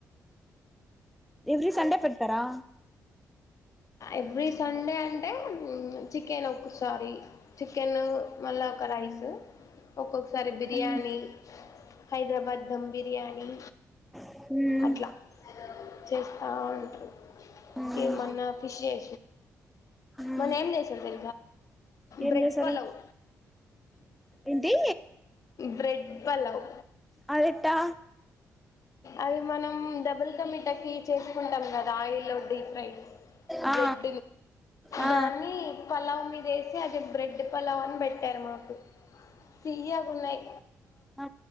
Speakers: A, in the centre; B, on the left.
A: ఎవీ సండే పడతారా
B: ఎవ్రిీ సండే అంటే చికెన్ ఒకసారిీ చికెన్ మళ్ళా ఒక రైస్ ఒక్కొక్కసారి బిర్యానీ
A: మ్మ్
B: హైదరాబాద్ ధమ్ బిర్యానీ
A: మ్మ్
B: అట్లా చేస్తా ఉంటారు
A: మ్మ్
B: ఈ మన్న ఫిష్ చే
A: మ్మ్
B: మ ఏం చేసారు తె
A: ఏం
B: బ్రెడ్
A: చేశారు
B: పలవ్
A: ఏంటి
B: బ్రెడ్ పలవ్
A: అదట్టా
B: అవి మనం డబుల్ క మటకి చేసుకుంటాం కదా ఆయిల్లో డీప్ ఫ్రై
A: ఆ
B: బ్రెడ్
A: ఆ
B: దాన్ని పలావ్ మీద వేసి అది బ్రెడ్ పలావ్ అని పెట్టారు మాకు ఫయ్యగా ఉన్నాయి
A: ఆ